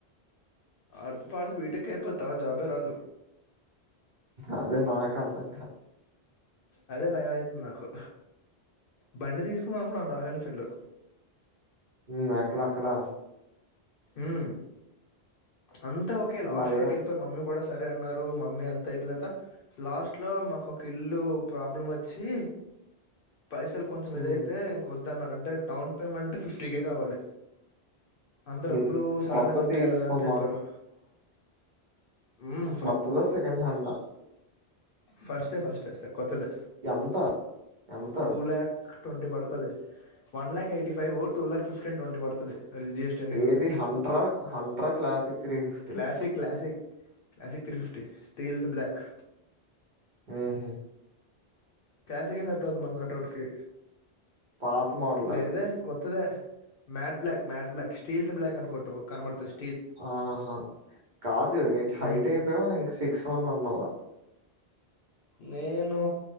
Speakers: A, on the left; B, on the right.
A: అడుతు పాడుతు బిటెక్ అయిపొతా జాబే రాదు
B: అదే నాక అందంటా
A: అదే భయం అయితుంది నాకు బండి తీసుకుందాం అనుకున్నాం రాయల్ ఎన్ఫీల్డ్
B: మ్మ్ అక్కడ అక్కడా
A: మ్మ్ అంత ఓకే లాస్ట్
B: మరేం
A: వరకు కెల్లిపొయి మమ్మీ కూడా సరే అన్నారు మమ్మీ అంత అయిపోయిన తరువాత లాస్ట్ లో మాకు ఒక ఇల్లు ప్రాబ్లం వచ్చి పైసలు కొంచెం
B: హ్మ్.
A: ఇదైతే ఇంక వద్దన్నారు అంటే డౌన్ పేమెంట్ ఫిఫ్టీ కే కావాలి అంత డబ్బులు
B: ఎంత్
A: సడన్
B: కొత్తది
A: అంటే
B: తీసుకుందాం
A: ఎలాగ అని చెప్పారు హ్మ్
B: కొత్తద సెకెండ్ హ్యాండ్ లా
A: ఫస్ట్ ఏ ఫస్ట్ ఏ కొత్తదే
B: ఎంత ఎంత
A: టూ ల్యాక్ ట్వంటీ పడుతాది one lakh eighty five two lakh fifteen twenty పడుతాది అలజి జీఎస్టీ అన్ని కలిపి
B: ఏది హంట్రా హంట్రా classic three fifty
A: classic classic classic three fifty stealth black
B: ఉహు
A: క్లాసిక్ ఏ సెట్ అవుతుంది మన కటౌట్ కి
B: పాత మోడల్
A: లేదే కొత్తదే matte black matte black stealth black అనికొట్టు కనబడుతాది
B: ఆహా కాదు ఎట్ హైట్
A: మ్మ్
B: అయిపోవా ఇంక సిక్స్ వన్ అన్నవా
A: నేను